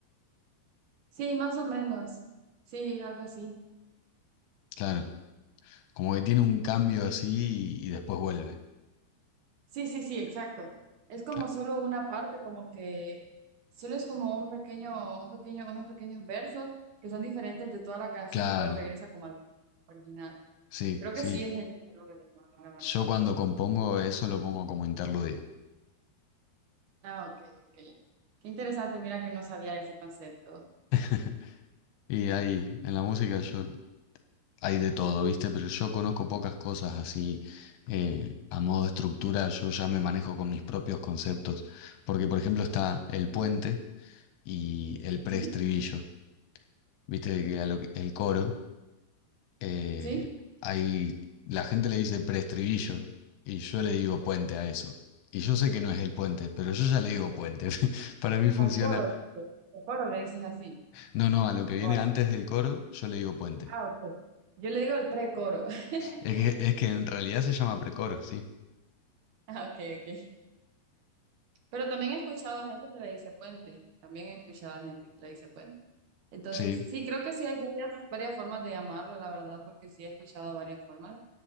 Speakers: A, on the right; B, on the left.
A: Sí, más o menos. Sí, algo así.
B: Claro. Como que tiene un cambio así y, y después vuelve.
A: Sí, sí, sí, exacto. Es como
B: Cla-
A: solo una parte, como que solo es como un pequeño, un pequeño, unos pequeños versos que son diferentes de toda la canción
B: claro,
A: y luego regresa como al original.
B: sí,
A: Creo
B: sí.
A: que sí es el mismo lo que a lo que
B: Yo
A: me refiero.
B: cuando compongo eso lo pongo como interludio.
A: Ah, ok, ok. Qué interesante, mira que no sabía ese concepto.
B: <laughs> Y ahí, en la música yo hay de todo, ¿viste? Pero yo conozco pocas cosas así eh, a modo de estructura, yo ya me manejo con mis propios conceptos, porque por ejemplo está el puente y el preestribillo,
A: ¿Sí?
B: ¿viste? Que a lo que- El coro. eh,
A: ¿Sí?
B: hay, la gente le dice preestribillo y yo le digo puente a eso. Y yo sé que no es el puente, pero yo ya le digo puente. <laughs> Para mí funciona.
A: Al coro, dice. al coro le dices así.
B: No, no, a lo que viene
A: O al-
B: antes del coro, yo le digo puente.
A: Ah, ok. Yo le digo el precoro. <laughs>
B: Es que, es que en realidad se llama precoro, sí.
A: Ah, ok, ok. Pero también he escuchado a gente que le dice puente. También he escuchado a gente que le dice puente. Entonces,
B: Sí,
A: sí, creo que sí hay varias, varias formas de llamarlo, la verdad, porque sí he escuchado varias formas.